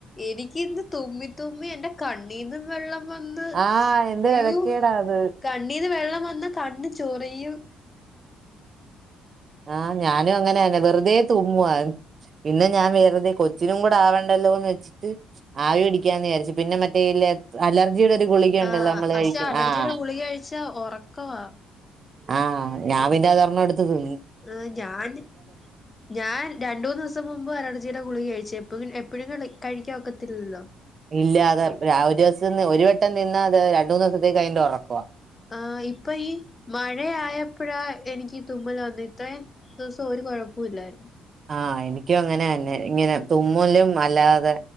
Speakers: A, on the left; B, on the right.
A: എനിക്ക് ഇന്ത് തുമ്മി തുമ്മി എ്ന്റെ കണ്ണീന്ന് ഇും വെള്ളം വന്ന്
B: ആഹ് എന്തൊരു
A: യ്യോ
B: എനക്കേടാ അത്
A: കണ്ണീന്ന് വെള്ളം വന്നാ കണ്ണ് ചൊറിയും
B: ആഹ് ഞാനും അങ്ങനെയന്നെ വെറ്തെ തുമ്മുവാ പിന്നെ ഞാൻ വെറുതെ കൊച്ചിനും കൂടെ ആവണ്ട ല്ലോന്ന് വെച്ചിട്ട് ആവി പിടിക്കാന്ന് വിചാരിച്ച് പിന്നെ മറ്റേ ഇല്ലേ അലർ ജീടെ ഒരു ഗുളിക ഉണ്ടല്ലോ
A: ആഹ്
B: നമ്മൾ
A: പക്ഷെ
B: കഴിക്കു
A: അലർജിയുടെ
B: ആഹ്
A: ഗുളിക കഴിച്ചാ ഉറക്കവാ
B: ആഹ് ഞാൻ പിന്നെ അതൊരെണ്ണടത്ത് തി
A: ഏ ഞാന് ഞാൻ രണ്ടൂന്ന് ദിസം മുമ്പ് അലർജിയുടെ ഗുളിക കഴിച്ചേ പ്പപിന്നെ എപ്പഴും കഴിക്കാൻ ഒക്കത്തില്ലല്ലോ
B: ഇല്ലാ അത്‌ എപ്പഴും ആ ഒരൂസംന്ന് ഒരു വട്ടം തിന്നാ അത്‌ രണ്ടൂന്ന് ദിസത്തേക്ക് അയ്ന്റെ ഒറക്കവാ
A: ആഹ് ഇപ്പ ഈ മഴ ആയപ്പഴാ എനിക്കി തുമ്മല് വന്ന് ഇത്രേം ദിവസം ഒരു കൊഴ്പുല്ലായിരുന്നു
B: ആഹ് എനിക്കും അങ്ങനെന്നെ ഇങ്ങനെ തുമ്മലും അല്ലാതെ